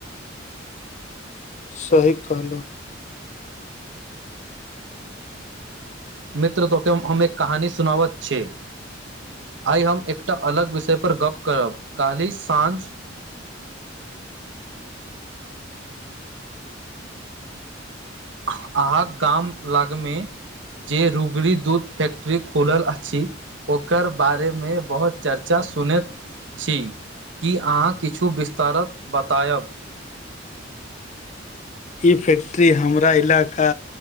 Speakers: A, on the left; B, on the right.
A: सही कहलौ
B: मित्र तो के हम एक कहानी सुनावैत छी आय हम एकटा अलग विषयपर गप करब काल्हि साँझ <inaudible> अहाँ गाम लगमे जे रुगरी दूध फैक्टरी खोल आ छी ओकर बारेमे बहुत चर्चा सुनैत छी कि अहाँ किछु विस्तार बतायब
A: ई फैक्ट्री हमरा इलाका